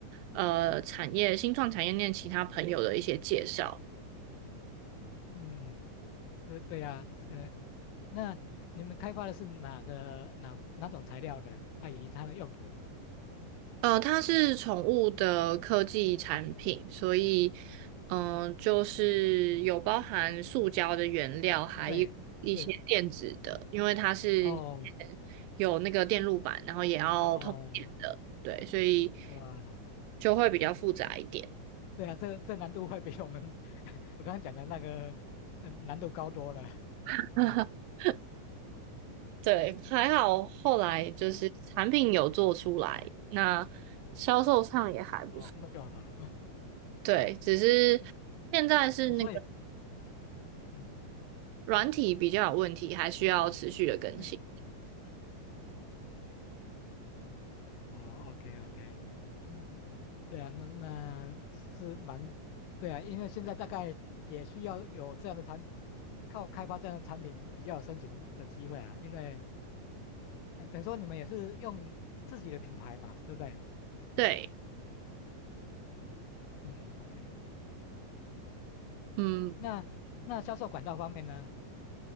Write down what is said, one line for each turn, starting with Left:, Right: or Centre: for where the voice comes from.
Right: 呃产业新创产业链其他朋友的一些介绍。
Left: 嗯。对对呀，呃，那你们开发的是哪个哪哪种材料的？啊，以及它的用途？
Right: 呃，它是宠物的科技产品，所以，嗯、就是有包含塑胶的原料，还有一些电子的，
Left: 对，是
Right: 因为它是
Left: 哦
Right: 有那个电路板，然后也要通电的，
Left: 哦，
Right: 对，所以
Left: 哇，
Right: 就会比较复杂一点。
Left: 对啊，这这难度会比我们 <laughs> 我刚刚讲的那个嗯难度高多了。
Right: <laughs>
Left: 哎，
Right: 对，还好后来就是产品有做出来，
Left: 嗯
Right: 那销售上也还不错。
Left: 哦，那就好了。<laughs>
Right: 对，只是现在是那个。
Left: 嗯，嗯所以嗯，
Right: 软体比较有问题，还需要持续的更新。
Left: 哎，哦，OK OK，嗯嗯，对啊，那那是蛮，对啊，因为现在大概也需要有这样的产品，靠开发这样的产品比较有生存的机会啊，因为呃等于说你们也是用自己的品牌嘛，对不对？
Right: 对，
Left: 嗯，OK，
Right: 嗯，
Left: 那那销售管道方面呢？